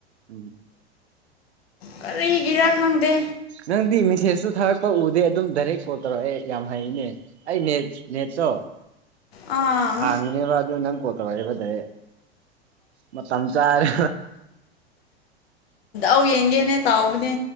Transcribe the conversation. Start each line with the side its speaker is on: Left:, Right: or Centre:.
Right: ꯎꯝ
Left: ꯀꯔꯤꯒꯤꯔ ꯈꯪꯗ
Right: ꯅꯪꯗꯤ ꯃꯦꯁꯇꯨ ꯊꯥꯔꯛꯄ ꯎꯗꯦ ꯑꯗꯨꯝ ꯗꯥꯏꯔꯦꯛ ꯀꯣꯜ ꯇꯧꯔꯛꯑꯦ ꯌꯥꯝ ꯍꯩꯅꯦ ꯑꯩ ꯅꯦꯠ ꯅꯦꯠꯇꯣ
Left: ꯑꯥ
Right: ꯍꯥꯡꯉꯨꯅꯦꯕ ꯑꯗꯨ ꯅꯪ ꯀꯣꯜ ꯇꯧꯔꯛꯏꯦꯕ ꯗꯥ ꯃꯇꯝ ꯆꯥꯔꯦ
Left: ꯎ ꯌꯦꯡꯒꯦꯅꯦ ꯇꯥꯎꯕꯅꯦ